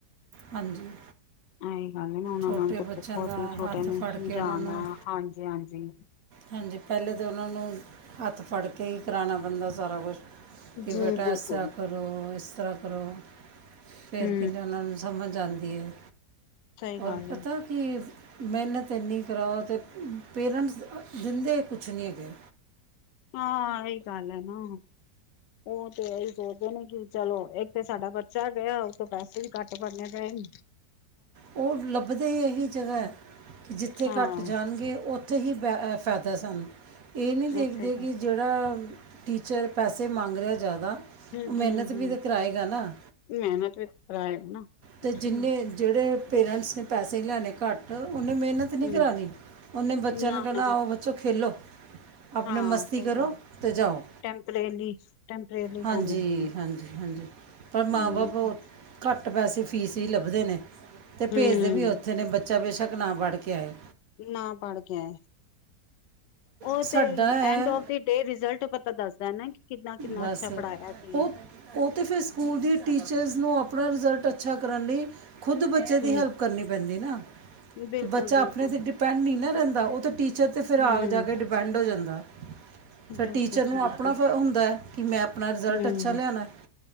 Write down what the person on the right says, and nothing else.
ਹਾਂਜੀ
ਛੋਟੇ
ਬੱਚਿਆਂ
ਦਾ
ਹੱਥ
ਫੜ
ਕੇ ਉਹਨਾਂ ਨੂੰ
ਹਾਂਜੀ ਪਹਿਲੇ ਤਾਂ ਉਹਨਾਂ ਨੂੰ ਹੱਥ ਫੜ ਕੇ ਹੀ ਕਰਾਉਣਾ ਪੈਂਦਾ ਸਾਰਾ ਕੁਛ ਕਿ
ਬੇਟਾ
ਇ ਸਰਾਂ ਕਰ। ਕਰੋ ਇਸ ਤਰ੍ਹਾਂ ਕਰੋ ਫਿਰ
ਕਹਿੰਦੇ ਉਹਨਾਂ ਨੂੰ ਸਮਝ ਆਂਦੀ ਏ।
ਔਰ
ਪਤਾ
ਕਿ ਮਿਹਨਤ ਐਨੀ ਕਰਾਓ ਤਾਂ ਪੇਰੈਂਟਸ ਦਿੰਦੇ ਕੁਛ ਨਹੀਂ ਹੈਗੇ।
ਉਹ ਲੱਭਦੇ ਇਹੀ ਜਗ੍ਹਾ ਕਿ ਜਿੱਥੇ
ਘੱਟ ਜਾਣਗੇ ਉ ਉ ਹੀ ਬੈ ਫਾਇਦਾ ਸਾਨੂੰ ਇਹ ਨਹੀਂ ਦੇਖਦੇ
ਕਿ ਜਿਹੜਾ ਟੀਚਰ ਪੈਸੇ ਮੰਗ ਰਿਹਾ ਜ਼ਿਆਦਾ
ਮਿਹਨਤ ਵੀ ਤੇ ਕਰਾਏਗਾ ਨਾ।
ਤੇ ਜਿੰਨੇ
ਜਿਹੜੇ ਪੇਰੈਂਟਸ ਪੈਸੇ ਲੈਣੇ ਘੱਟ ਉਹਨੇ ਮਿਹਨਤ ਨਹੀਂ
ਕਰਾਣੀ ਉਹਨੇ ਬੱਚਿਆਂ
ਨੂੰ ਕਹਿਣਾ ਆਉ ਬੱ ਚੋ ਖੇਲੋ ਆਪਣੇ
ਮਸਤੀ
ਕਰੋ
ਅਤੇ ਜਾਓ।
ਹਾਂਜੀ-
ਹਾਂਜੀ -ਹਾਂਜੀ ਪਰ ਮਾਂ
ਬਾਪ
ਘੱਟ ਪੈਸੇ ਫੀਸ ਹੀ ਲੱਭਦੇ ਨੇ। ਅਤੇ ਭੇਜਦੇ
ਵੀ ਉਥੇ ਨੇ ਬੱਚਾ ਬੇਸ਼ੱਕ ਨਾ ਪੜ੍ਹ ਕੇ ਆਏ।
ਸਾਡਾ
ਹੈ।
ਬਸ
ਉਹ
ਉਹ ਤਾਂ ਫਿਰ ਸਕੂਲ ਦੀ ਟੀਚਰਸ ਨੂੰ ਆਪਣਾ ਰਿਜ਼ਲਟ ਅੱਛਾ ਕਰਨ ਲਈ ਖੁਦ ਬ ਬੱਚੇ ਦੀ
ਹੈਲਪ ਕਰਨੀ ਪੈਂਦੀ ਨਾ
ਬੱਚਾ
ਆਪਣੇ ਤੇ ਡਿਪੈਂਡ ਨਹੀਂ ਨਾ ਰਹਿੰਦਾ ਉਹ ਤਾ ਟੀਚਰ ਟੀਚਰ ਤੇ ਫਿਰ ਆ
ਜਾ ਕੇ ਡਿਪੈਂਡ ਹੋ ਜਾਂਦਾ ਫਿਰ
ਟੀਚਰ
ਨੂੰ
ਆਪਣਾ ਹੁੰ ਦਾ ਕਿ ਮੈਂ ਆਪਣਾ ਰਿਜ਼ਲਟ
ਅੱਛਾ ਲਿਆਣਾ।